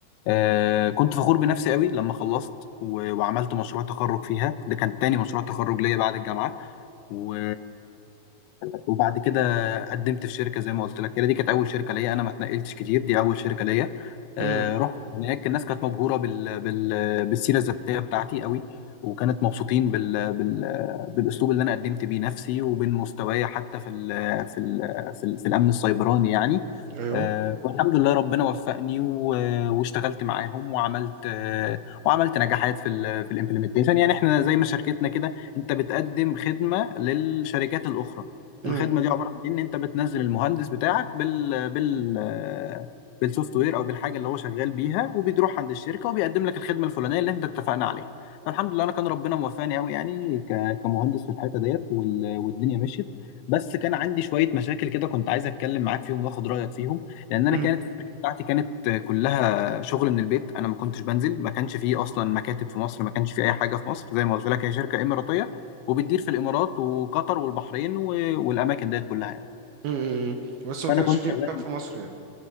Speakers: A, on the left (about 85°); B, on the right (about 70°).
A: آه كنت فخور بنفسي قوي لما خلصت و... وعملت مشروع تخرج فيها ده كان تاني مشروع تخرج ليا بعد الجامعة و... لك. وبعد كده قدمت في شركه زي ما قلت لك كده دي كانت اول شركه ليا انا ما اتنقلتش كتير دي اول شركه ليا آه،
B: مم،
A: رحت هناك الناس كانت مبهوره بال... بال... بالسيره الذاتيه بتاعتي قوي وكانت مبسوطين بال... بال... بالاسلوب اللي انا قدمت بيه نفسي وبين مستواي حتى في ال... في ال... في, ال... في الامن السيبراني يعني
B: ايوه
A: آه، والحمد لله ربنا وفقني و... واشتغلت معاهم وعملت آه، وعملت نجاحات في ال... في الامبلمنتيشن يعني احنا زي ما شركتنا كده انت بتقدم خدمه للشركات الاخرى
B: مم،
A: الخدمه دي عباره عن إيه؟ ان انت بتنزل المهندس بتاعك بال بال بالسوفت وير او بالحاجه اللي هو شغال بيها وبيروح عند الشركه وبيقدم لك الخدمه الفلانيه اللي انت اتفقنا عليها فالحمد لله انا كان ربنا موفقني قوي يعني ك- كمهندس في الحته ديت وال- والدنيا مشيت بس كان عندي شويه مشاكل كده كنت عايز اتكلم معاك فيهم واخد رايك فيهم لان انا
B: مم،
A: كانت الشركه بتاعتي كانت كلها شغل من البيت انا ما كنتش بنزل ما كانش فيه اصلا مكاتب في مصر ما كانش فيه اي حاجه في مصر زي ما قلت لك هي شركه اماراتيه وبتدير في الامارات وقطر والبحرين و- والاماكن ديت كلها يعني
B: مم، مم. بس ما
A: فانا
B: كانش
A: كنت
B: في
A: شغال
B: مكان في مصر يعني